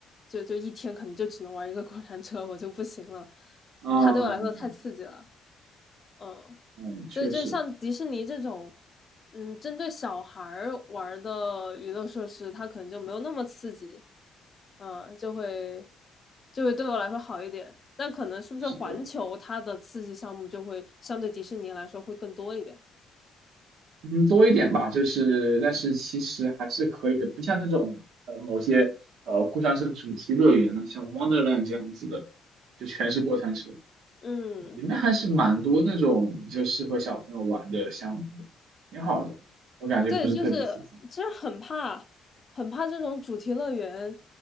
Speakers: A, on the left; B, on the right.
A: 就就一天可能就只能玩一个过山车，我就不行了，
B: 嗯
A: 它对我来说太刺激了，嗯。
B: 嗯，
A: 所以就是像迪士尼这种，
B: 确实
A: 嗯，针对小孩儿玩儿的娱乐设施，它可能就没有那么刺激，嗯，就会就会对我来说好一点。但可能是不是环球它的刺激项目就会相对迪士尼来说会更多一点？
B: 是的，嗯，多一点吧，就是但是其实还是可以的，不像那种呃某些呃过山车主题乐园呢，像 Wonderland 这样子的，就全是过山车，
A: 嗯。
B: 里面还是蛮多那种就适合小朋友玩的项目的，挺好的。我感觉不是特别刺激。
A: 对，就是就是很怕，很怕这种主题乐园，